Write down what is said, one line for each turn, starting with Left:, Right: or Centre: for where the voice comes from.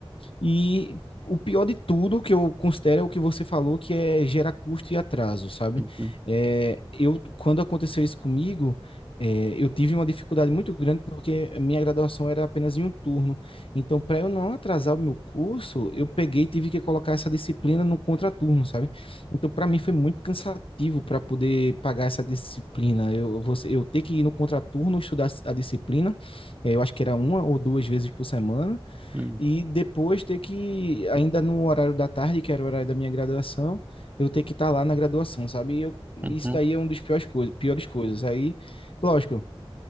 Left: e o pior de tudo que eu considero é o que você falou, que é gera custo e atraso, sabe?
Right: Uhum,
Left: É, eu, quando aconteceu isso comigo, é, eu tive uma dificuldade muito grande porque a minha graduação era apenas em um turno. Então, para eu não atrasar o meu curso, eu peguei e tive que colocar essa disciplina no contraturno, sabe? Então, para mim foi muito cansativo para poder pagar essa disciplina. Eu, você, eu ter que ir no contraturno estudar a disciplina, eh, eu acho que era uma ou duas vezes por semana,
Right: uhum,
Left: e depois ter que, ainda no horário da tarde, que era o horário da minha graduação, eu ter que estar lá na graduação, sabe? E eu, isso
Right: uhum,
Left: daí é um dos piores coisas, piores coisas. Aí, lógico,